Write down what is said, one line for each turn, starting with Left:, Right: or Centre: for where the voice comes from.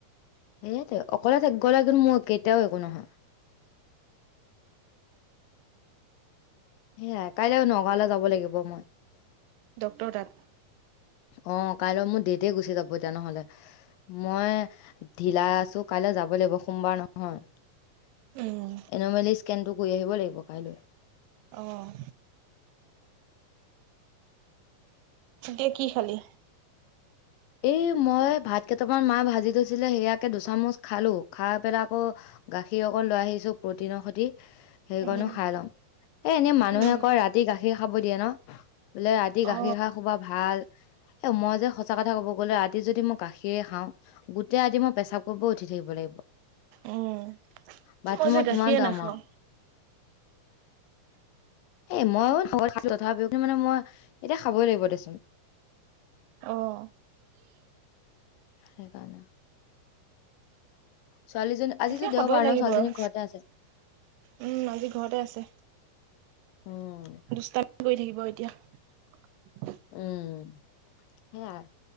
Left: সেইয়েতো অকলে থাক গ'লে মোৰো একেই। তেওঁ একো নহয়। সেয়াই কাইলৈ নগাঁৱলৈ যাব লাগিব মই।
Right: ডক্টৰ তাত?
Left: অ কাইলৈ মোৰ দেটে গুচি যাব এতিয়া নহলে, মই ঢিলাই আছো কাইলে যাবই লাগিব, সোমবাৰ নহয়।
Right: উম
Left: এনমেলি স্কেনটো কৰি আহিব লাগিব কাইলৈ।
Right: অঁ। এতিয়া কি খালি?
Left: এই মই ভাত কেইটামান মাই ভাজি থৈছিলে সেয়াকে দুচামুচ খালো খাই পেলাই আকৌ গাখীৰ অকণ লৈ আহিছো প্ৰটিনৰ সতি সেইকণো
Right: উম
Left: খাই লম। এ এনেই মানুহে
Right: উম
Left: কয় ৰাতি গাখীৰ খাব দিয়ে ন? বোলে ৰাতি গাখীৰ
Right: অ
Left: খায় শুবা ভাল। এ মই যে সঁচা কথা কথা কব গলে ৰাতি যদি মই গাখীৰে খাওঁ, গোটেই ৰাতি মই পেচাব কৰিব উঠি থাকিব লাগিব।
Right: উম।
Left: বাথৰুমত
Right: মই যে গাখীয়ে
Left: কিমান যাম
Right: নাখাওঁ।
Left: আও। এই মইয়ো খব নোৱাৰিছো তথাপিও মানে মই এতিয়া খাবই লাগিব দেচোন।
Right: অঁ।
Left: সেই কাৰনে। ছোৱালীজনী আজিতো
Right: এতিয়া
Left: দেওবাৰ
Right: খাবই লাগিব
Left: ন ছোৱালীজনী
Right: আৰু
Left: ঘৰতে আছে।
Right: উম আজি ঘৰতে আছে
Left: উম,
Right: দুষ্টামি কৰি থাকিব এতিয়া।
Left: উম সেয়াই